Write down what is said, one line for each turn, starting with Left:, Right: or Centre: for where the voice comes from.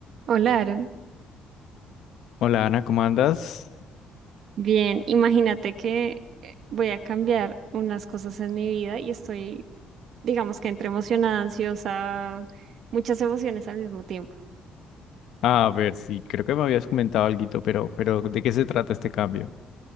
Right: Hola, Aaron.
Left: Hola Ana, ¿cómo andas?
Right: Bien, imagínate que eh, voy a cambiar unas cosas en mi vida y estoy, digamos que entre emocionada, ansiosa, muchas emociones al mismo tiempo.
Left: A ver, sí, creo que me habías comentado alguito, pero, pero ¿de qué se trata este cambio?